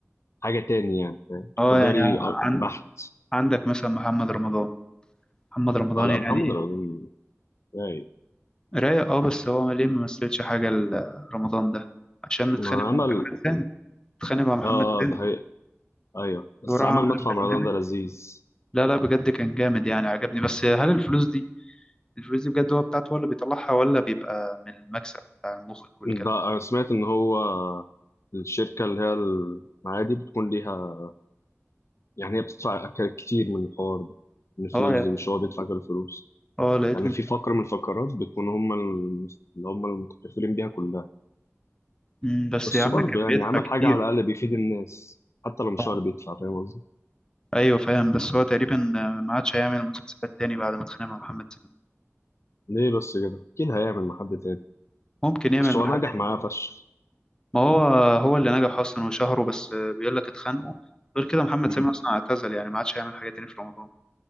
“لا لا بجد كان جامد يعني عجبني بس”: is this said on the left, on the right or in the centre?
Left